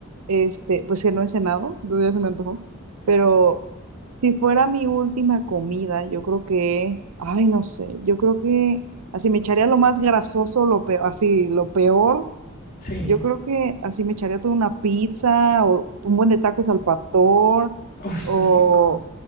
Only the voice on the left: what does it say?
sí.
Uf,
qué rico.